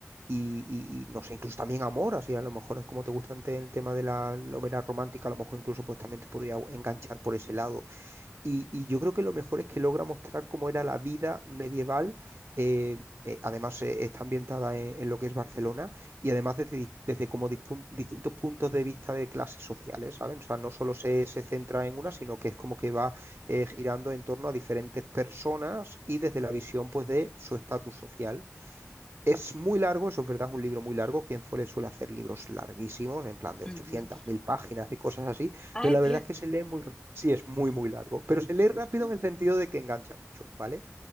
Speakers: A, on the right; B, on the left.
A: y, y- y, no sé, incluso también amor, así a lo mejor es como te gusta el tema de la, la Homera romántica, a lo mejor incluso pues también te podría enganchar por ese lado y, y yo creo que lo mejor es que logra mostrar cómo era la vida medieval. eh, eh, además, eh, está ambientada en, en lo que es Barcelona y además desde, di- desde como dispun- distintos puntos de vista de clases sociales, ¿saben? O sea, no solo se, se centra en una, sino que es como que va eh, girando en torno a diferentes personas y desde la visión, pues, de su estatus social. Es muy largo, eso es verdad, es un libro muy largo. Kenfole suele hacer libros larguísimos, en plan de
B: Ujú.
A: 800, 1000 páginas y cosas así,
B: Ay,
A: pero la verdad
B: Dios.
A: es que se lee muy, r- sí, es muy, muy largo, pero se lee rápido en el sentido de que engancha mucho, ¿vale?